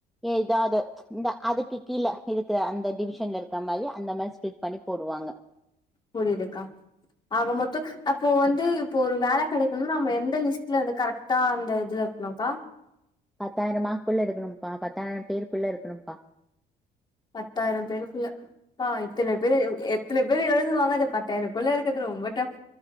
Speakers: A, in the centre; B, on the left (about 25°).
A: ஏதாவது இந்த அதுக்கு கீழே இருக்கிற அந்த டிவிஷன்ல இருக்கிற மாரி அந்த மாரி ஸ்பிலிட் பண்ணி போடுவாங்க
B: புரியித்துக்கா ஆக மொத்தம் அப்போ வந்து இப்ப ஒரு வேலை கிடைணும் நம்ப எந்த லிஸ்ட்ல வந்து கரெக்ட் தா அந்த இதுல இருக்கனும் கா
A: பத்தாயிரமாக்குள்ள எடுக்கணும்ப பத்தாயிரம் பேருக்குள்ள இருக்குணுபா
B: பத்தாயிரம் பேருக்குள்ள பா இத்தன பேரு எத்தன பேர் எழுதுவாங்க அத பத்தாயிரம் குள்ள இருக்குது ரொம்ப டப்ஃ